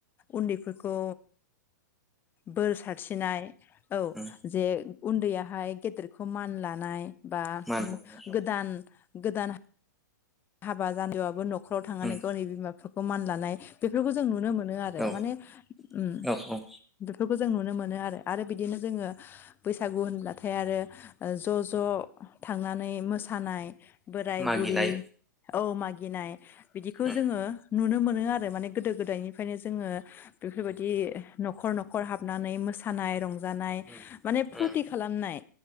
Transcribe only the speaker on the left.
उन्दैफोरखौ बोर सारसिरिनाय औ
जे उन्दैयाहाय गेदेरखौ मान लानाय। बा
गोदान गोदान हाबा जानायबाबो नख खराव थांनानै
गावनि बिमा बिफा खौ मान लानाय बेफोरखौ जों नुनो मोनो आरो
माने उम
बेफो खौजों नुनो मोनो आरो बि दिनो जो बै बैसागु होनब्लाथाय आरो ज' ज' थांनानै मोसानाय बोराय
बुरि औ मागिनाय। बिदिखौ
जोंङो नुनो मोनो आरो माने गोदो गोदायनिफ्रायनो जोंङो बेफोरबायदि न खर न'खर हाबनानै मोसानाय रं जानाय
माने फुरथि
खालामनाय